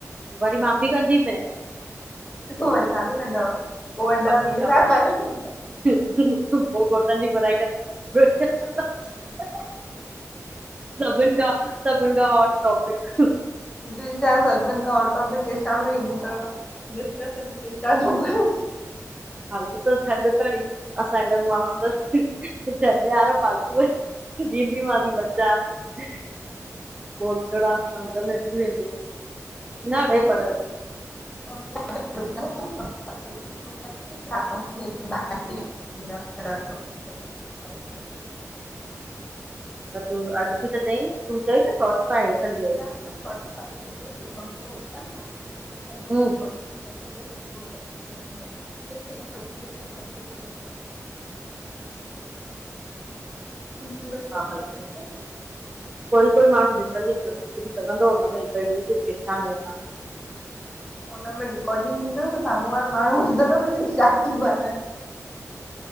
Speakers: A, on the right (about 20°); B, on the left (about 15°).
A: वरी मां बि कंदीमै।
B: वरी तव्हां बि कंदव, पो वरी
A: बाक़ी
B: ॾह मिंट
A: जा
B: छा ॻाल्हाईदव?
A: पो घोटनि जी बुराई कंदम, ॿियो छा। सभिनि खां, सभिनि खां हॉट टॉपिक।
B: ॿियो छा सभिनि खां हॉट टॉपिक हे छा में ईंदा, डिस्कशन बि छाजो कयो।
A: हल त छॾ तड़ी, असां अहिड़नि माण्हुनि सां छॾ यार फालतू में भिंडीयूं, आलू ॿ चारि बोलतड़ा समझ मे अची वेंदूस, न
B: मम्मी
A: भई पर
B: <unintelligible> <unintelligible> <unintelligible>
A: त तूं अॼु बि त चई, तूं चई न सोट सां हेठि हली आई।
B: <unintelligible>
A: हूं
B: <inaudible> त सूरज
A: हा
B: कुझ
A: खनि
B: कैसे थ <unintelligible>
A: कोई कोई माण्हू ज़िंदगीअ में न सुधरी सघंदो हुन में हिकहिड़ी परेशान मेना
B: हुनन में रिकोर्डिंग ॾिन साम्हूं वारा माण्हू त जातिय <unintelligible> छा तियू ॻालिहाइं।